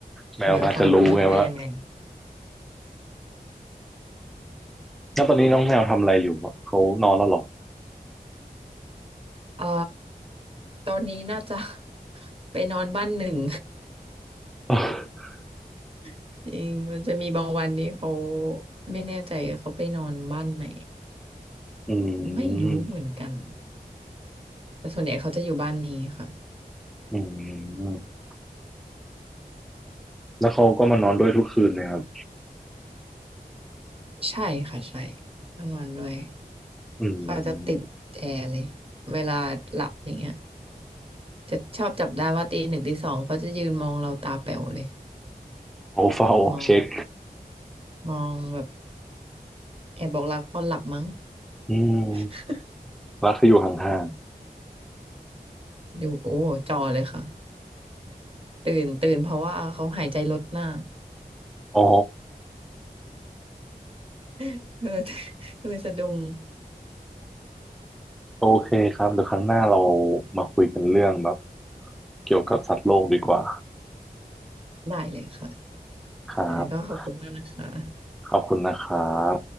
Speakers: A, in the centre; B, on the right (about 35°).
A: แมวมันอาจจะรู้ไงว่า
B: แมวฟังรู้เรื่องได้ยังไง
A: แล้วตอนนี้น้องแมวทำอะไรอยู่อะเขานอนแล้วเหรอ
B: เอ่อตอนนี้น่าจะ <laughs> ไปนอนบ้านหนึ่ง
A: <laughs>
B: <laughs> จริงมันจะมีบางวันนี้เขาไม่แน่ใจเขาไปนอนบ้านไหน
A: อื
B: ไม่รู้เหมือนกัน
A: ม
B: แต่ส่วนใหญ่เขาจะอยู่บ้านนี้ค่ะ
A: อืมแล้วเขาก็มานอนด้วยทุกคืนนะครับ
B: ใช่ค่ะใช่ต้องนอนด้วย
A: อื
B: เขาจะติดแอร์เลยเวลาหลับอย่างเงี้ย
A: ม
B: จะชอบจับได้ว่าตีหนึ่งตีสองเขาจะยืนมองเราตาแป๋วเลย
A: เฝ้าเฝ้าเช็ค
B: แบบมองมองแบบแอบบอกรักตอนหลับมั้ง
A: อืม
B: <laughs>
A: รักที่อยู่ห่าง
B: อยูโอ้จอเลยค่ะตื่นตื่นเพราะว่าเขาหายใจลดหน้า
A: ๆ <laughs> อ๋อ
B: <laughs> ก็เลย <laughs> ก็เลยสะดุ้ง
A: โอเคครับเดี๋ยวครั้งหน้าเรามาคุยกันเรื่องแบบเกี่ยวกับสัตว์โลกดีกว่า
B: ได้เลยค่ะ
A: ครับ
B: อั้นก็ขอบคุณมากนะคะ
A: ขอบคุณนะครับ